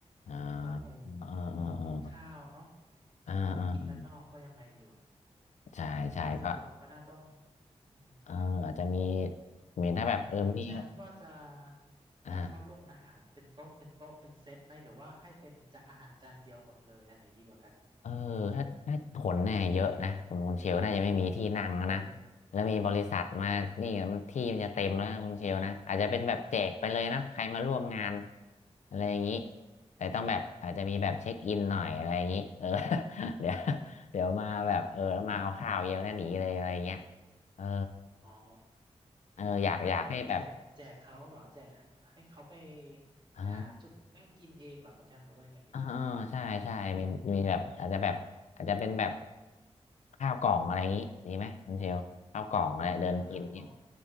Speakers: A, on the left; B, on the right.
A: อ่า
B: เออเพราะยังไง
A: เออเออาออ
B: กินข้าวเนาะ
A: อ่าอ่าอ่า
B: เราไปกินด้านนอกก็ยังไงอยู่
A: ใช่ใช่ก็
B: ถ้าสะดวกก็น่าต้องอืม
A: เอออาจจะมีเหมือนถ้าแบบเออมี
B: แต่คุณแชมป์ว่าจะ
A: อ่า
B: ให้เขาลงอาหารเป็นโต๊ะเป็นโต๊ะเป็นเซตไหมหรือว่าให้เป็นจะอาหารจานเดียวหมดเลยอันไหนดีกว่ากัน
A: เออถ้าถ้าขนเนี่ยเยอะนะคุณคุณเชลน่าจะไม่มีที่นั่งแล้วนะ
B: คนเยอะ
A: แล้วมีบริษัทมานี่มันที่มันจะเต็มแล้วนะคุณเชลนะอาจจะเป็นแบบแจกไปเลยนะใครมาร่วมงาน
B: อืม
A: อะไรอย่างนี้แต่ต้องแบบอาจจะมีแบบเช็คอินหน่อยอะไรอย่างนี้เออ
B: อืม
A: <laughs> เดี๋ยวเดี๋ยวมาแบบเออแล้วมาเอาข้าวเยอะแล้วหนีเลยอะไรเงี้ยเออ
B: อ๋อ
A: เอออยากอยากให้แบบ
B: อ๋อแบบแจแจกกแจกเขาเหรอแจกให้ให้เขาไป
A: เออ
B: หาจุดนั่งกินเองเหรอคุณแชมป์หรือว่ายังไงดี
A: อ่าใช่ใช่มีมีแบบอาจจะแบบอาจจะเป็นแบบข้าวกล่องอะไรอย่างนี้ดีไหมคุณเทลข้าวกล่องอะไรเดินกินนี้
B: อืมอ้าวข้าวกล่อง